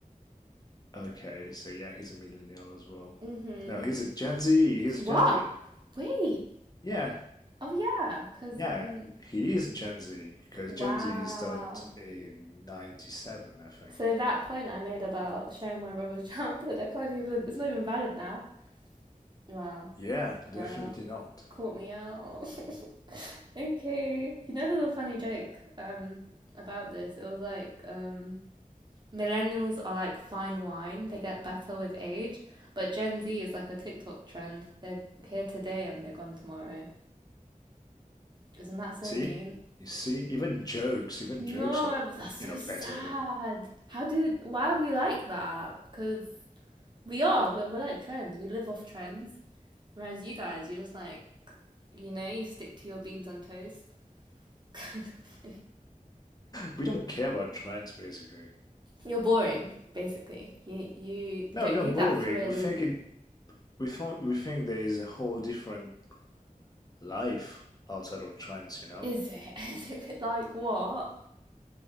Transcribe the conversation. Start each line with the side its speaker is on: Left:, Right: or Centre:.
Left: Okay, so yeah, he's a millennial as well.
Right: Mm-hmm.
Left: No, he's a Gen Z. He's
Right: What?
Left: a Gen Z.
Right: Wait.
Left: Yeah,
Right: Oh yeah. Cause
Left: yeah,
Right: um
Left: he is Gen Z because
Right: wow.
Left: Gen Z started in '97, I think.
Right: So that point I made about sharing my brother's <laughs> childhood, I can't even it's not even valid now. Wow.
Left: Yeah, definitely
Right: Fair enough.
Left: not.
Right: Caught me out. <laughs> Okay. You know there's a funny joke um about this. It was like um millennials are like fine wine. They get better with age, but Gen Z is like a TikTok trend. They're here today and they're gone tomorrow. Isn't that so
Left: see,
Right: mean?
Left: you see, even jokes, even
Right: No,
Left: jokes are,
Right: but that's so
Left: you know,
Right: sad.
Left: better than
Right: How do why are we like that? Because we are we're, we're like trends. We live off trends, whereas you guys, you're just like, you know, you stick to your beans on toast. <laughs>
Left: we don't care about trends basically.
Right: You're boring, basically. You you
Left: No,
Right: don't
Left: we're not
Right: need
Left: boring.
Right: that thrill.
Left: We think it. We think we think there is a whole different life outside of trends, you know?
Right: Is it? <laughs> Is it like what?